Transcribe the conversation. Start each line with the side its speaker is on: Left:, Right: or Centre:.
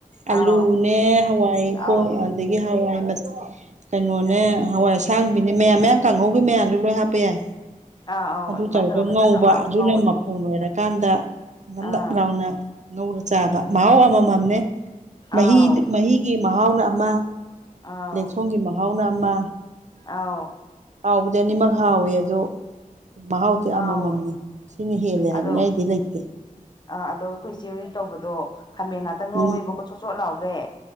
Right: ꯑꯂꯨꯅꯦ
Left: ꯑꯥꯎ
Right: ꯍꯋꯥꯏ ꯄꯣꯡ
Left: ꯑꯥꯎ
Right: ꯑꯅꯥ ꯑꯗꯒꯤ ꯍꯋꯥꯏ ꯀꯩꯅꯣꯅꯦ ꯍꯋꯥꯏ ꯑꯁꯥꯡꯕꯤꯅꯦ ꯃꯌꯥꯟ ꯃꯌꯥꯟ ꯀꯥꯡꯍꯧꯒꯤ ꯃꯌꯥꯟꯗꯣ ꯂꯣꯏꯅꯥ ꯍꯥꯞꯄ ꯌꯥꯏ
Left: ꯑꯥ ꯑꯥꯎ
Right: ꯑꯗꯨ
Left: ꯑꯗꯨꯃꯥꯏꯅ
Right: ꯇꯧꯔꯒ ꯉꯧꯕ
Left: ꯅꯞ ꯅꯞ ꯂꯥꯎꯒꯩ
Right: ꯑꯗꯨꯅ
Left: ꯉꯧꯋꯦ
Right: ꯃꯐꯣꯟ ꯑꯣꯏꯔꯀꯥꯟꯗ ꯅꯞ
Left: ꯑꯥ
Right: ꯅꯞ ꯂꯥꯎꯅ ꯉꯧꯔ ꯆꯥꯕ ꯃꯍꯥꯎ ꯑꯃ ꯃꯝꯅꯦ ꯃꯍꯤꯗꯨ
Left: ꯑꯥꯎ
Right: ꯃꯍꯤ ꯃꯍꯤꯒꯤ ꯃꯍꯥꯎꯅ ꯑꯃ
Left: ꯑꯥꯎ
Right: ꯂ‌ꯦꯛꯊ‌ꯣꯡꯒꯤ ꯃꯍꯥꯎꯅ ꯑꯃ
Left: ꯑꯥꯎ
Right: ꯍꯥꯎꯕꯗꯤ ꯑꯅꯤꯃꯛ ꯍꯥꯎꯋꯦ ꯑꯗꯣ ꯃꯍꯥꯎꯗꯤ
Left: ꯍꯥꯎ
Right: ꯑꯃ ꯃꯝꯅꯤ ꯁꯤꯅ ꯍꯦꯜꯂꯦ ꯍꯥꯏꯅꯤꯉꯥꯏꯗꯤ
Left: ꯑꯗꯣ
Right: ꯂꯩꯇꯦ
Left: ꯑꯥ ꯑꯗꯣ ꯑꯩꯈꯣꯏ ꯆ‌ꯦ ꯍ‌ꯣꯏ ꯇꯧꯕꯗꯣ ꯈꯥꯃꯦꯟ ꯉꯥꯛꯇ ꯉꯧꯋꯦꯕꯀꯣ
Right: ꯎꯝ
Left: ꯆꯣꯠ ꯆꯣꯠ ꯂꯥꯎꯒꯩ